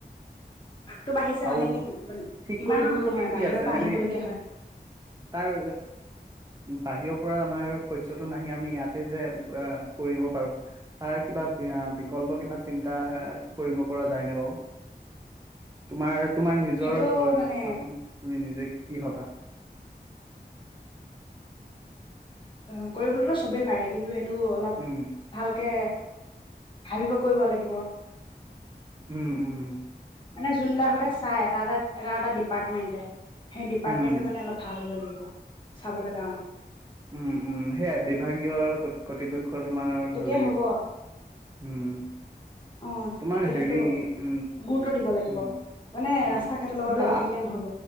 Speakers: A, on the left; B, on the right.
A: আগটো বাঢ়িছে
B: আৰু
A: মানে কি
B: ঠিক
A: ইমানো
B: কৰিবলগীয়া
A: নহয়
B: কি
A: বাহিৰৰ
B: আছে
A: পৰা
B: মানে
A: আহিবলগীয়া হয়।
B: তাৰ? বাহিৰৰ পৰা আমাৰ শস্যটো নাহি আমি ইয়াতে যে আ কৰিব পাৰো তাৰ কিবা বিকল্প কিবা চিন্তা এ কৰিব পৰা যায় ন বাৰু। তোমাৰ। তোমাৰ নিজৰ
A: সেইটো
B: ৰ কোৱাচোন
A: মানে
B: তুমি নিজে কি হ'বা।
A: অ কৰিবলৈতো চবেই পাৰে কিন্তু এ। টো অলপ
B: উম,
A: ভালকে। ভাবিব কৰিব লাগিব।
B: উম-উম।
A: মানে যোনবলাকতে চাই ত এটা-এটা-এটা। ডিপাৰ্টেণ্টমেন্ত নে সেই ডিপাৰ্টেণ্টটো
B: উম।
A: মানে অলপ ভাল হ'ব লাগিব। চাবলৈ যাম।
B: উম উম সেয়াই বিভাগীয় কৰ্তিপক্ষ। তোমাৰ
A: তেতিয়া
B: ভাল লাগিব
A: হ'ব
B: উম।
A: অ
B: তোমাৰ
A: তেতিয়া
B: হেৰি
A: সেইটো
B: উম-উম-উম
A: গুৰুত্ব দিব লাগিব। মানে ৰাস্তা ঘাটৰ লগত
B: কিন্তু
A: লাগি থাকিলে নহ'ব